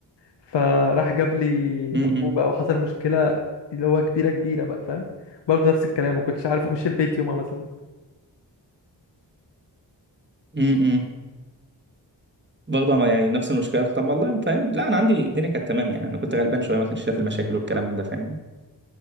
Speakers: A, on the left (about 65°); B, on the right (about 25°).
A: فراح جاب لي
B: امم
A: أبوه بقى وحصل مشكلة اللي هو كبيرة كبيرة بقى فاهم برضو نفس الكلام ما كنتش عارف أخش البيت يومها مثلا
B: امم برضه عمل- يعني نفس المشكله طب والله فاهم لا انا عندي الدنيا كانت تمام يعني انا كنت غلبان شويه ما كانش شايف المشاكل والكلام من ده فاهمني